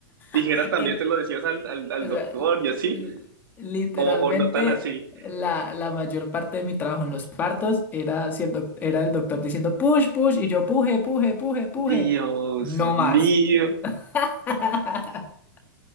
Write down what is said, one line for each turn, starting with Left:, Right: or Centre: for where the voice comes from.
Right: dijera
Left: <laughs>
Right: también se lo decías al, al- al
Left: O sea,
Right: doctor y así,
Left: l- literalmente
Right: o, o no tan así.
Left: la, la mayor parte de mi trabajo en los partos era, si el doc- era el doctor diciendo push, push, y yo puje, puje, puje, puje.
Right: Dios
Left: No
Right: mío.
Left: más. <laughs>